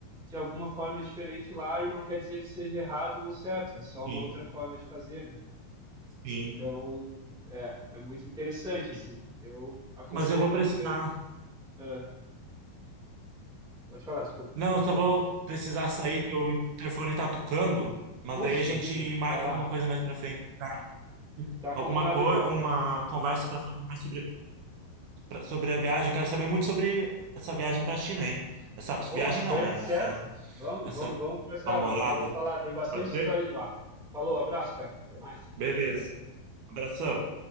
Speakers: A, in the centre; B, on the right (about 65°).
A: de alguma forma diferente lá e não quer dizer que seja errado ou certo, é só
B: Sim.
A: uma outra forma de fazer, né?
B: Sim,
A: Então, é, é muito interessante,
B: sim.
A: assim. Eu aconselho
B: Mas eu vou precisar.
A: porque... ah, pode falar, desculpa, te
B: Não,
A: cortei.
B: eu só vou precisar sair que o interfone tá tocando, mas
A: Puxa
B: daí a gente
A: vida,
B: marca
A: vai lá.
B: alguma coisa mais pra frente, pra-
A: Tá
B: alguma
A: combinado
B: coisa,
A: então,
B: uma
A: cara.
B: conversa pra falar mais sobre pra- sobre a viagem. Eu quero saber muito sobre essa viagem pra China, hein? Essa viagem
A: Pô, certo,
B: não, né?
A: certo.
B: Essa
A: Vamos,
B: essa
A: vamos, vamos conversar,
B: namorada.
A: vamos, vamos falar. Tem bastante
B: Pode ser?
A: história de lá. Falou, abraço, cara. Até mais.
B: Beleza. Abração.